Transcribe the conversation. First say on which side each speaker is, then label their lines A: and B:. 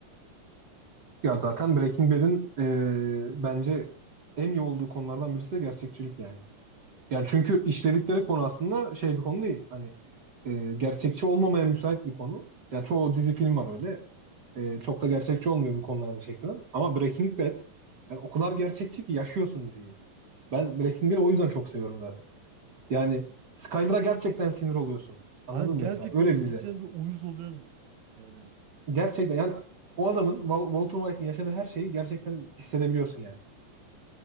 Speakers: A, on the right; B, on the right.
A: ya
B: Yani,
A: zaten Breaking Bad'in ee, bence en iyi olduğu konulardan birisi de gerçekçilik yani. Yani çünkü işledikleri konu aslında şey bir konu değil. Hani e, gerçekçi olmamaya müsait bir konu. Yani çoğu dizi film var öyle. E, çok da gerçekçi olmuyor bu konularda çekilen. Ama Breaking Bad yani o kadar gerçekçi ki yaşıyorsun diziyi. Ben Breaking Bad'i o yüzden çok seviyorum zaten. Yani Skyler'a gerçekten sinir oluyorsun. Anladın
B: yani
A: mı
B: gerçekten
A: mesela? Öyle bir dizi.
B: gideceğin bir uyuz oluyorsun yani
A: Gerçekten yani o adamın Wal- Walter White'in yaşadığı her şeyi gerçekten hissedebiliyorsun yani.